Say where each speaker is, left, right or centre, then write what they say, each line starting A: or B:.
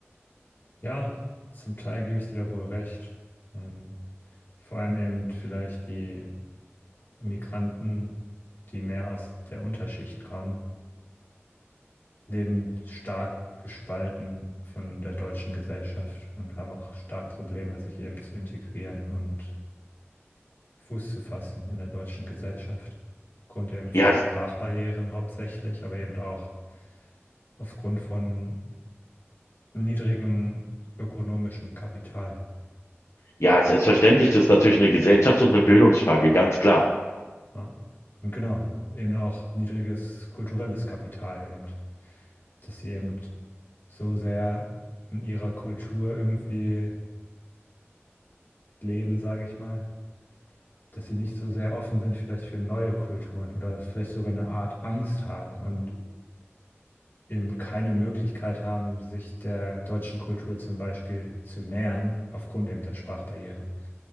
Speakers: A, on the left; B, on the left.
A: Ja, zum Teil gebe ich dir da wohl recht. Ähm, vor allem eben vielleicht die Migranten, die mehr aus der Unterschicht kommen, leben stark gespalten von der deutschen Gesellschaft und haben auch stark Probleme, sich eben zu integrieren und Fuß zu fassen in der deutschen Gesellschaft. Aufgrund eben von
B: Ja,
A: Sprachbarrieren
B: s-
A: hauptsächlich, aber eben auch aufgrund von niedrigem ökonomischem Kapital.
B: ja, selbstverständlich, das ist natürlich eine Gesellschafts- und eine Bildungsfrage, ganz klar.
A: Ja. Und genau, eben auch niedriges kulturelles Kapital eben, dass sie eben so sehr in ihrer Kultur irgendwie leben, sage ich mal, dass sie nicht so sehr offen sind vielleicht für neue Kulturen oder vielleicht sogar eine Art Angst haben und eben keine Möglichkeit haben, sich der deutschen Kultur zum Beispiel zu nähern, aufgrund eben der Sprachbarriere.